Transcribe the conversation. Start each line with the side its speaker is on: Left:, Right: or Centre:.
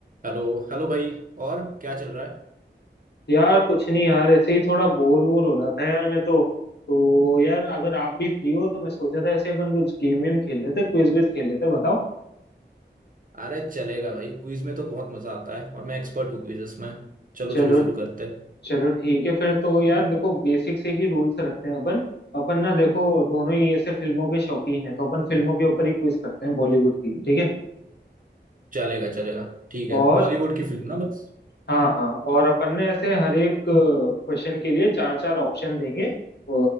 Right: Hello Hello भाई और क्या चल रहा है
Left: यार कुछ नहीं यार ऐसे ही थोड़ा बोर बोर हो रहा था यार मैं तो तो यार अगर आप भी फ्री हो तो मैं सोचा था ऐसे अपन कुछ गेम वेम खेल लेते क्विज विज खेल लेते बताओ
Right: अरे चलेगा भाई क्विज में तो बहुत मजा आता है और मैं एक्सपर्ट हूँ क्विजेस में चलो
Left: चलो
Right: चलो शुरू करते हैं
Left: चलो ठीक है फिर तो यार देखो बेसिक से ही रूल्स रखते हैं अपन अपन ना देखो दोनों ही ऐसे फिल्मों के शौकीन हैं तो अपन फिल्मों के ऊपर ही क्विज करते हैं बॉलीवुड की ठीक है
Right: चलेगा चलेगा ठीक है
Left: और
Right: बॉलीवुड की फिल्म ना बस
Left: हाँ हाँ और अपन ने ऐसे हर एक क्वेश्चन के लिए चार चार ऑप्शन देंगे अ,